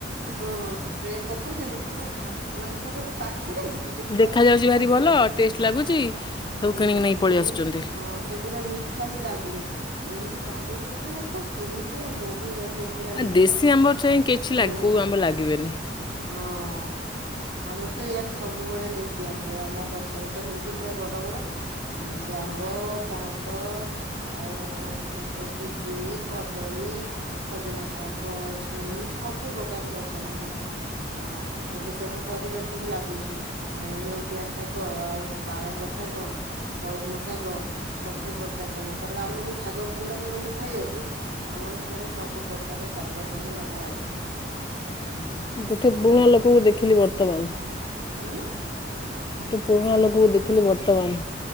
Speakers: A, on the right; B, on the left.
A: ହଁ ସ୍ପ୍ରେ ପକଉଚନ୍ତି ସେଉରା ମାନେ କଣ କିଇଲୁ ପାଚି ଯାଉଚି ଦେଖିଲା
B: ଦେଖା
A: ବେଳକୁ
B: ଯାଉଛି
A: ମିଠା
B: ଭାରି
A: ଜମା
B: ଭଲ
A: ନାହିଁ।
B: ଟେଷ୍ଟ ଲାଗୁଛି। ସବୁ
A: ହୁଁ
B: କିଣିକି ନେଇକି ପଳେଇ ଆସୁଛନ୍ତି
A: ସେଗୁରା ମିଠା ବି ଲାଗୁନି ଆଉ ଇଏ ଯୋଉ ବାହିରେ ପୁରା ପା ଚିନି ପୁରା ମହୁ ବା ଗିଆ ପୁରା
B: ଆଉ
A: ମିଠା
B: ଦେଶୀ ଆମ୍ବ ଠେଇଁ କିଛି
A: ହୁଁ
B: ଲାଗି କୋଉ ଆମ୍ବ ଲାଗିବେନି।
A: ହଁ। ଆମର ତ ଇଆଡେ ସବୁବେଳେ ଦେଶୀ ଆମ୍ବ ଆମ ଗଛରେ ତ ହେଇଚି ପୁରା ବଡ ବଡ। ଆ ସେ ଆମ୍ବ ପଣସ ଆଉ ସ ପିଜୁଳି କଦଳୀ ସଜନା ଶାଗ ଛୁଇଁ ସବୁ ପ୍ରକାର ଗଛ ଲାଗିଚି। ଆଁ ଏବେ ସବୁ ପରିବା ସବୁ ଲାଗୁଚି। ଏ ନେଉଟିଆ ଶାଗ ଆଉ ପାଳଙ୍ଗ ଶାଗ କଳମ ଶାଗ ସବୁ ପ୍ରକାର ଶାଗ କାରଣ ଆମକୁ ଟେ ଶାଗ ଭଲ ଲାଗେ ବୋଲି। ଖାଇବାକୁ ଆମର ସିଆଡେ ସବୁ ପ୍ରକାର ଶାଗ ସବୁ ଲଗା ହେଇଛି। ହୁଁ
B: ଗୋଟେ ବୁଣା
A: ଆଉ
B: ଲୋକକୁ ଦେଖିଲି ବର୍ତ୍ତମାନ।
A: ଉଁ।
B: ଗୋଟେ ବୁଣା
A: ତ
B: ଲୋକକୁ ଦେଖିଲି ବର୍ତ୍ତମାନ।